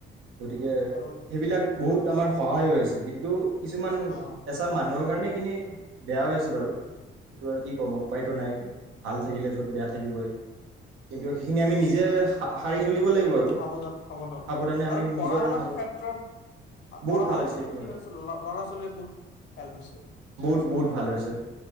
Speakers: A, on the right (about 80°); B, on the left (about 65°).
A: গতিকে
B: আৰু
A: সেইবিলাক বহুত আমাৰ সহায় হৈ আছে, কিন্তু কিছুমান,
B: অ
A: এচাম মানুহৰ কাৰণে এখিনি বেয়া হৈ আছে বাৰু, এইটো আৰু কি কম আও। উপায়টো নাই, ভাল থাকিলে য'ত, বেয়া থাকিবই। কিন্তু সেইখিনি আমি নিজে
B: আৰু
A: সাৰি চলিব লাগিব
B: উম্
A: আৰু
B: হব যা, হব ন
A: সাৱধানে
B: আৰু
A: আমি
B: পঢ়াশুনা
A: নিজৰ সাৱ
B: ক্ষেত্ৰত
A: বহুত
B: পঢ়াশুনা
A: ভাল হৈছে
B: ক্ষেত্ৰত
A: সেইটো হয়
B: কি হৈছে ল'ৰা-ছোৱালীবোৰ হেল্প হৈছে
A: বহুত
B: চ'ছিয়েল
A: বহুত
B: মেডিয়াটো,
A: ভাল হৈছে